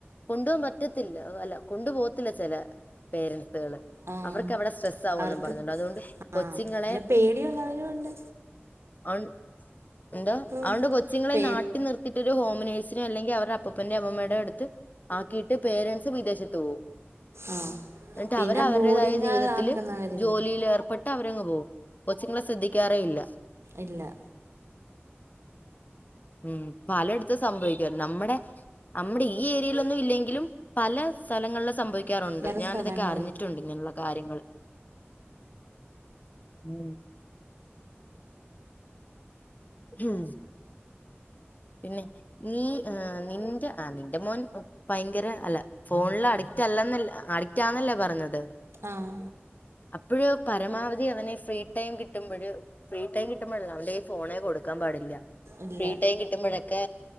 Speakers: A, on the left (about 40°); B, on the right (about 75°).
A: കൊണ്ടുപോകാൻ പറ്റത്തില്ല അല്ല കൊണ്ടു പോകത്തില്ല ചെല പേരൻസുകള്
B: ആഹ്
A: അവർക്ക് അവിടെ സ്ട്രെസ് സാവോന്നും
B: അവർക്ക്
A: പറഞ്ഞോണ്ട് അതുകൊണ്ട് കൊച്ചുങ്ങളെ
B: ആഹ് അല്ല പേടിയൊള്ളവരും ഒണ്ട്
A: അത് കൊണ്ട് എന്തോ അതൊണ്ട്
B: ഉണ്ട്
A: കൊച്ചുങ്ങളെ
B: പേടി
A: നാട്ടി നിർത്തിട്ടൊരു ഹോം നേഴ്‌സി അല്ലെങ്കി അവരുടെ അപ്പൂപ്പൻ്റേം അമ്മൂമ്മയുടെ അടുത്ത് ആക്കിയിട്ട് പേരൻ്റ്സ് വിദേശത്ത് പോവും
B: ആഹ്
A: എന്നിട്ട്
B: പിന്നെ
A: അവര് അവരുടേതായ
B: ബോർഡിങ്ങുകളാക്കുന്നവരില്ലേ
A: ജീവിതത്തില് ജോലിയിലേർ പെട്ട് അവരങ്ങ് പോകും കൊച്ചുങ്ങളെ ശ്രദ്ധിക്കാറേ ഇല്ല
B: ഇല്ല
A: ഉം പലയിടത്തും സംഭവിക്കും അത് നമ്മടെ നമ്മടെ ഈ ഏരിയയിലൊന്നും ഇല്ലെങ്കിലും പല സ്ഥലങ്ങളിലും സംഭവിക് ക്കാറുണ്ട്
B: വേറെ
A: ഞാന്
B: സ്ഥലങ്ങളിൽ
A: ഇതൊക്കെ അറിഞ്ഞിട്ടുണ്ട് ഇങ്ങനെയുള്ള കാര്യങ്ങള് ഉം ഉം പിന്നെ നീ ആഹ് നിന്റെ ആഹ് നിന്റെ മോൻ ഭയങ്കര അല്ല ഫോണില് അഡിക്റ്റ് അല്ലന്നല്ല അഡിക്റ്റ് ആന്നല്ലേ പറഞ്ഞത്
B: ആഹ്
A: അപ്പഴ് പരമാവധി അവനെ ഫ്രീ ടൈം കിട്ടുമ്പഴ് ഫ്രീ ടൈം കിട്ടുമ്പഴല്ല അവന്റെ കൈയില് ഫോണെ കൊടുക്കാൻ പാടില്ലാ
B: ഇല്ല
A: ഫ്രീ ടൈം കിട്ട് ക്കെ